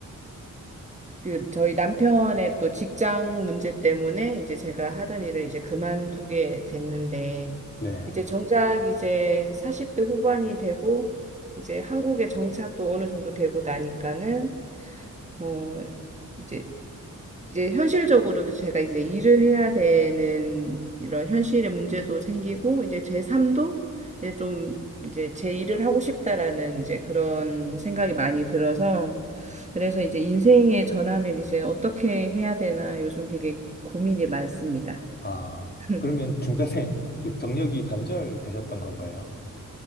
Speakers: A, on the right (about 20°); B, on the left (about 30°).
A: 그 저희 남편의 또 직장 문제 때문에 이제 제가 하던 일을 이제 그만두게 됐는데
B: 네,
A: 이제 정작 이제 40대 후반이 되고 이제 한국에 정착도 어느 정도 되고 나니까는 어 이제 이제 현실적으로도 제가 이제 일을 해야 되는 이런 현실의 문제도 생기고 이제 제 삶도 이제 좀 이제 제 일을 하고 싶다라는 이제 그런 생각이 많이 들어서 그래서 이제 인생의 전환을 이제 어떻게 해야 되나 요즘 되게 고민이 많습니다.
B: 아,
A: <laughs>
B: 그러면 중간에 <laughs> 그 경력이 단절되셨던 건가요?